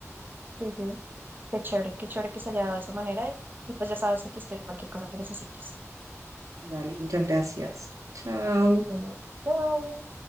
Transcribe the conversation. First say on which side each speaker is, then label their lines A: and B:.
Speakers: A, on the right; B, on the right.
A: Sí, sí. Qué chévere, qué chévere que se haya dado de esa manera y, y pues ya sabes que aquí estoy, cualquier cosa que necesites.
B: Dale, muchas gracias. Chao.
A: Bueno, chao.